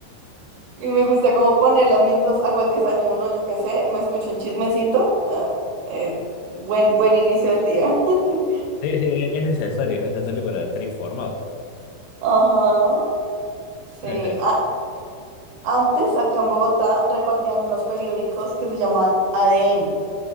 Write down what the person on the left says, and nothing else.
Sí, sí, es necesario, es necesario para estar informado.
<laughs>